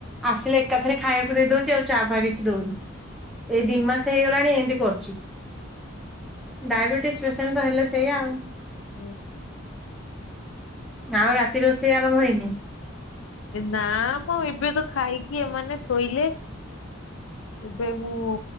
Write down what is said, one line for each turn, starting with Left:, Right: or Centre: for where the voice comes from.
Centre: ଆସିଲେ ଏକାଥରେ ଖାଇବାକୁ ଦେଇ ଦଉଚି ଆଉ ଚା ଫା କିଛି ଦଉନି ଏଇ ଦି ମାସ ହେଇଗଲା ଗଲାଣି ଏମିତି କରୁଚି ଡାଇବେଟିସ ପେସେଣ୍ଟ ତ ହେଲେ ସେଇଆ ଆଉ।
Left: ହୁଁ।
Centre: ଆଉ ରାତି ରୋଷେଇ ଆରମ୍ଭ ହେଇନି ‌।
Left: ନା ମ ଏବେ ତ ଖାଇକି ଏମାନେ ଶୋଇଲେ ‌। ଏବେ ମୁଁ।